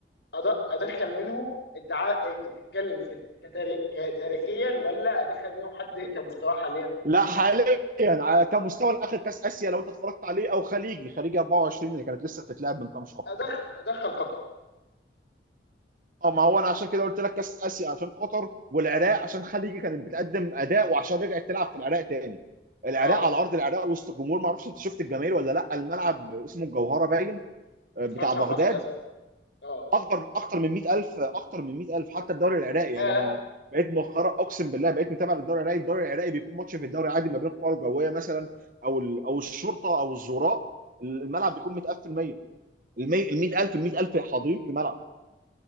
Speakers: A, on the left; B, on the right.
A: أد- ادخل منهم التع... تتكلم في كتاري... ك- تاريخيا ولا ادخل منهم حد كمستواه حاليا
B: لا حاليا على كمستوى الاخر كاس اسيا لو انت اتفرجت عليه او خليجي خليجي 24 اللي كانت لسه بتتلعب من كام شهر
A: أدخ... ادخل قطر
B: اه ما هو انا عشان كده قلت لك كاس اسيا عشان قطر والعراق عشان خليجي كانت بتقدم اداء وعشان رجعت تلعب في العراق تاني العراق
A: اه
B: على ارض العراق وسط جمهور ما اعرفش انت شفت الجماهير ولا لا الملعب اسمه الجوهره باين
A: ما
B: آه،
A: اتفرجش
B: بتاع بغداد
A: على الماتش للاسف اه
B: اكبر اكتر من 100000 اكتر من 100000 حتى الدوري العراقي
A: ياه
B: يعني انا بقيت مؤخرا اقسم بالله بقيت متابع للدوري العراقي الدوري العراقي بيكون ماتش في الدوري عادي ما بين القوى الجويه مثلا او ال- او الشرطه او الزوراء الملعب بيكون متقفل 100 ال 100000
A: مم.
B: ال 100000 حاضرين في الملعب